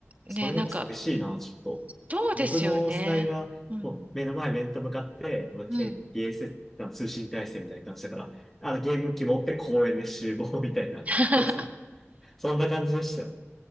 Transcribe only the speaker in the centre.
それでも寂しいな、
ちょっと。
僕の世代は、
もう目の前面と向かって、まあケー
t s あの通信体制みたいな感じだから、あのゲーム機持って公園で集合みたいな、
とか、そんな感じでしたよ、